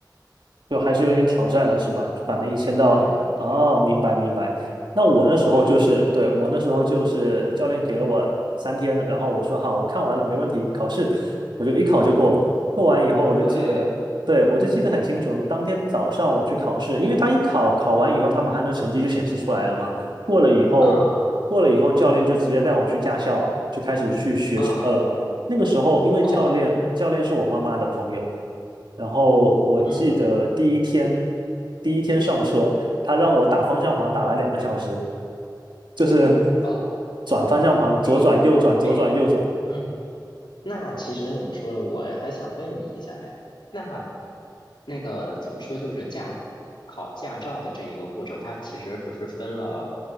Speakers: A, on the right (about 80°); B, on the left (about 85°).
A: 就还是有点挑战的是吧？就把那一千道哦，
B: 对对对
A: 明白明白。那我那时候就是，
B: 对
A: 对，我那时候就是教练给了我三天，然后我说好，我看完了，没问题，考试我就一考就过。过完以后我就记得，
B: 对
A: 对，我就记得很清楚，当天早上我去考试，因为他一考考完以后，他马上那个成绩就显示出来了嘛。过了以后，
B: 啊
A: 过了以后，教练就直接带我去驾校，就开始去学车了。
B: 啊
A: 那个时候，因为教练教练是我妈妈的朋友。
B: 哦
A: 然后我记得第一天，
B: 嗯
A: 第一天上车，他让我打方向盘打了两个小时，就是
B: 哦。
A: 转方向盘，左转右转，
B: 哎，
A: 左转右转，
B: 哎，嗯，那其实怎么说呢？我还想问你一下，哎，那那个怎么说？就是驾考驾照的这一个过程，它其实不是分了